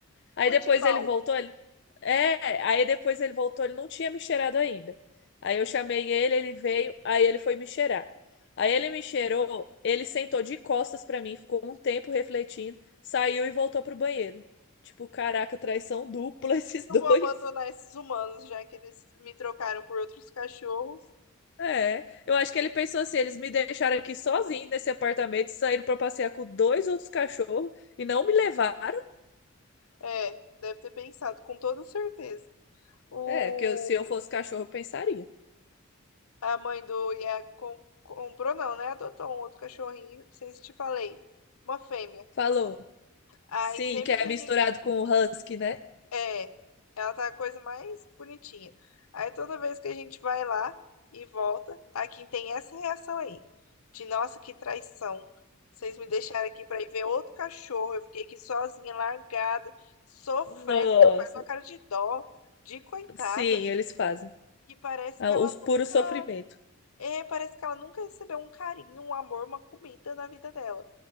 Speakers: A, on the left; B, on the left.
A: Aí
B: Tô
A: depois
B: de mal.
A: ele voltou, ele, é, aí depois ele voltou, ele não tinha me cheirado ainda. Aí eu chamei ele, ele veio, aí ele foi me cheirar. Aí ele me cheirou, ele sentou de costas pra mim, ficou um tempo refletindo, saiu e voltou pro banheiro. Tipo, caraca, traição dupla <laughs> esses
B: Eu
A: dois.
B: vou abandonar esses humanos, já que eles me trocaram por outros cachorros.
A: É, eu acho que ele pensou assim, eles me deixaram aqui sozinho nesse apartamento, saíram para passear com dois outros cachorros e não me levaram.
B: É, deve ter pensado, com toda certeza. O,
A: É, porque eu- se eu fosse cachorro, eu pensaria.
B: a mãe do Iago com- comprou, não, né? Adotou um outro cachorrinho, não sei se te falei. Uma fêmea.
A: Falou.
B: Aí
A: Sim,
B: sempre
A: que é
B: que a
A: misturado
B: gente.
A: com o husky, né?
B: É, ela tá a coisa mais bonitinha. Aí toda vez que a gente vai lá e volta, a Kim tem essa reação aí. De nossa, que traição. Vocês me deixaram aqui pra ir ver outro cachorro. Eu fiquei aqui sozinha, largada, sofrendo,
A: Nossa.
B: porque ela faz uma cara de dó, de coitada.
A: Sim, eles fazem.
B: que parece
A: Ah,
B: que ela
A: Os puro
B: nunca.
A: sofrimento.
B: É, parece que ela nunca recebeu um carinho, um amor, uma comida na vida dela.